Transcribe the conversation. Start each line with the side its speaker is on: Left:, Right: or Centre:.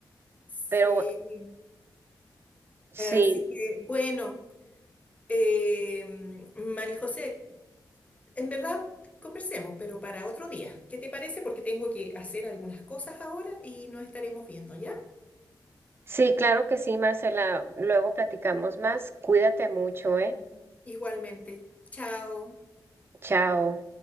Left: Sí,
Right: pero sí,
Left: así que bueno, eh, María José, En verdad, conversemos, pero para otro día. ¿Qué te parece? Porque tengo que hacer algunas cosas ahora y nos estaremos viendo, ¿ya?
Right: sí, claro que sí, Marcela, luego platicamos más, cuídate mucho, ¿eh?
Left: Mm. Igualmente. Chao.
Right: Chao.